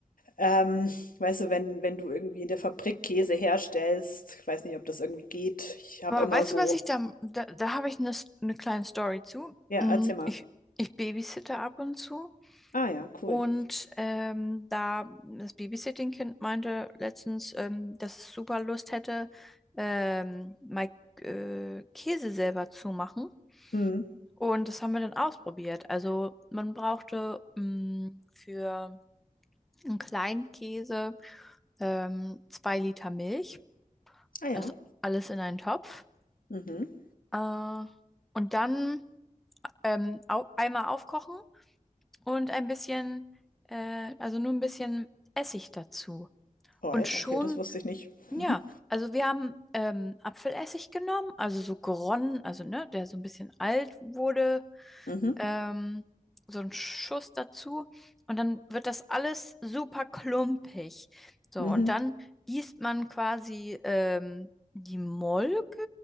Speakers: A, on the left; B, in the centre.
A: ähm, weißt du, wenn wenn du irgendwie in der Fabrik Käse herstellst, ich weiß nicht, ob das irgendwie geht. Ich habe
B: Aber
A: immer
B: weißt
A: so
B: du, was ich da, da, da habe ich eine, eine kleine Story zu.
A: ja,
B: Mm,
A: erzähl mal.
B: Ich, ich babysitte ab und zu
A: Ah ja, cool.
B: Und ähm, da das Babysitting-Kind meinte letztens, ähm, dass es super Lust hätte, ähm, mal äh, Käse selber zu machen.
A: Mhm.
B: Und das haben wir dann ausprobiert. Also man brauchte mh, für einen kleinen Käse ähm, zwei Liter Milch.
A: Ah ja.
B: Das alles in einen Topf.
A: Mhm.
B: Äh, und dann ähm, au einmal aufkochen und ein bisschen, äh, also nur ein bisschen Essig dazu.
A: Oi,
B: Und schon
A: okay, das wusste ich nicht.
B: Ja,
A: Mhm.
B: also wir haben ähm, Apfelessig genommen, also so geronnen, also ne, der so ein bisschen alt wurde,
A: Mhm.
B: ähm, so ein Schuss dazu und dann wird das alles super klumpig. So,
A: Mhm.
B: und dann gießt man quasi ähm, die Molke,